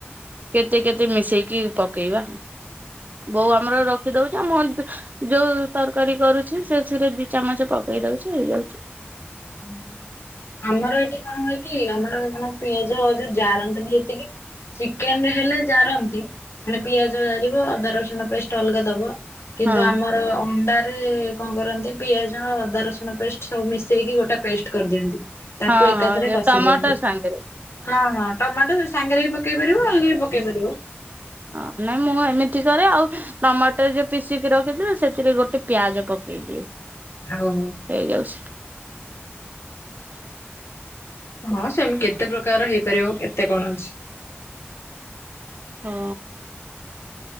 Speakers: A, on the right; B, on the left.
A: କେତେ କେତେ ମିଶେଇକି ପକେଇବା ବୋଉ ଆମର ରଖିଦଉ <unintelligible> ଯଉ ତରକାରୀ କରୁଛି ସେଥିରେ ଦି ଚାମଚ ପକେଇ ଦଉଛି ହେଇଯାଉଛି।
B: <unintelligible> ଆମର ଏଠି କଣ ହୁଏ କି ଆମର କଣ ପିଆଜ ଯଉ ଜାରନ୍ତିନି ଏତିକି ଚିକେନ୍ ରେ ହେଲେ ଜାରନ୍ତି ମାନେ ପିଆଜ ଜାରିବ ଅଦା ରସୁଣ ପେଷ୍ଟ ଅଲ୍ଗା ଦବ। କିନ୍ତୁ
A: ହଁ
B: ଆମର ଅଣ୍ଡାରେ କଣ କରନ୍ତି ପିଆଜ ଅଦା ରସୁଣ ପେଷ୍ଟ ସବୁ ମିଶ୍ ଶେଇ କି ଗୋଟା ପେଷ୍ଟ କରିଦିଅନ୍ତି ତାକୁ
A: ହଁ
B: ଏକାଥରେ
A: ହଁ
B: କଷି
A: ଟମାଟର
B: ଦିଅନ୍ତି।
A: ସାଙ୍ଗରେ
B: ହଁ-ହଁ ଟମାଟ ସେଇ ସାଙ୍ଗରେ ବି ପକେଇ ପାରିବ ଅଲ୍ଗା ବି ପକେଇ ପାରିବ।
A: ଅଁ ନାଇଁ ମୁଁ ଏମିତି କରେ ଆଉ ଟମାଟ ଯଉ ପିଶିକି ରଖିଥି <unintelligible> ସେଥିରେ ଗୋଟେ ପିଆଜ ପକେଇଦିଏ।
B: ଆଉ।
A: ହେଇ ଯାଉଛି।
B: ହଁ ସେମି କେତେ ପ୍ରକାର ହେଇପାରିବ କେତେ କଣ ଅଛି।
A: ହଁ।